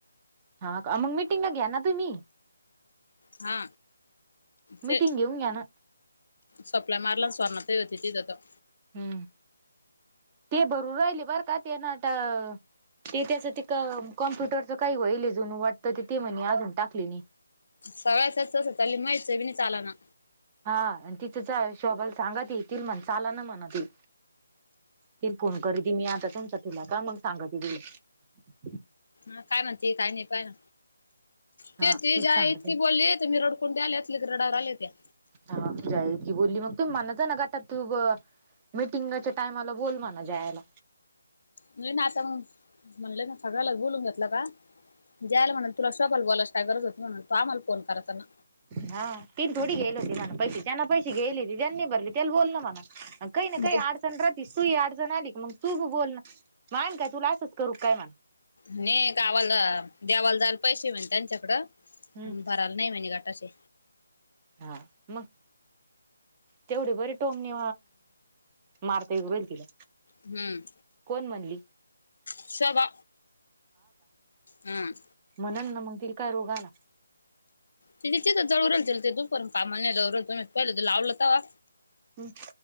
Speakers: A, on the right; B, on the left.
A: हा मग मीटिंग घ्या ना तुम्ही?
B: हा ते
A: मिटिंग घेऊन घ्या ना
B: सप्लाय मारला सुवर्णा ताई होती तिथं तर
A: हम्म ते भरू राहिले बर का ते नट. ते त्याच ते कॉम्प्युटरचं काही होईल जनु वाटतं तर ते म्हणे अजून टाकले नाही.
B: सगळ्याचस तस त्याला माहिती बी नाही चालाना.
A: हा आणि तिथच जा आणि शोभा ला सांगा ते येतील म्हणावं चाला ना म्हणावं ते ती फोन करती मी आता तुमचा तिला का मग सांगते तिला
B: हा काय म्हणते काय नाय काय? ते
A: हा
B: तिची
A: तीच
B: आई
A: सांगते
B: इतकी बोलली की मी रडकुडी आले रडायला आले होते.
A: हा जाय की बोलली मग तु म्हणायचं ना गटात तू गं. मीटिंगच्या टाइमाला बोल म्हणावं जयाला
B: नाही ना आता मग म्हणले ना सगळ्यानाच बोलून घेतलं का जयाला म्हणावं. तुला संबळ बोलायची काय गरज होती म्हणावं तू आम्हाला फोन करायचा ना.
A: हा तीन थोडी घेत होती म्हणावं पैसे त्याने पैसे घ्यालले होती त्यांनी भरले त्याला बोल ना म्हणव. काही ना
B: म्हणजे
A: काही अडचण राहतीस तू अडचण आली मग तू बोल ना मान का तुला असंच करू काय म्हणा.
B: नाही गावाला देवाला जायला पैसे म्ह त्यांच्याकडं.
A: हम्म
B: आणि भरायला नाही म्हणजे घाटा असे.
A: हा म. तेवढी बरी टोमणी मारता ये होईल तिला
B: हम्म.
A: कोण म्हणली.
B: शवा हम.
A: म्हणन ना मग तिला काय रोगा ना.
B: त तिथं जळल ते तूनपर्ंत कामाला नाही जल त पहिलं त लावलं तर
A: हम्.